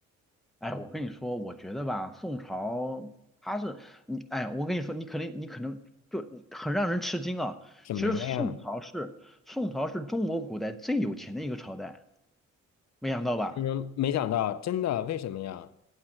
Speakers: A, in the centre; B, on the left.
A: 哎，我跟你说，我觉得吧，宋朝它是你，哎，我跟你说，你可能你可能就很让人吃惊啊。
B: 什么呀？
A: 其实宋朝是宋朝是中国古代最有钱的一个朝代，没想到吧？
B: 嗯，没想到，真的，为什么呀？